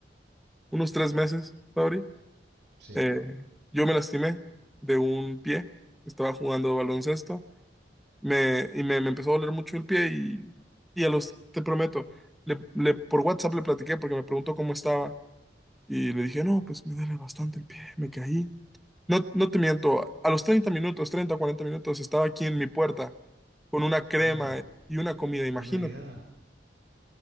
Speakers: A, in the centre; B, on the right (about 85°).
A: unos tres meses, Fabri.
B: sí.
A: Eh, yo me lastimé de un pie, estaba jugando baloncesto me, y me, me empezó a doler mucho el pie y, y a los, te prometo, le, le- por WhatsApp le platiqué porque me preguntó cómo estaba y le dije, no, pues me duele bastante el pie, me caí. No, no te miento, a los 30 minutos, 30 o 40 minutos, estaba aquí en mi puerta con una crema
B: No,
A: y una comida, imagínate.
B: no me digas.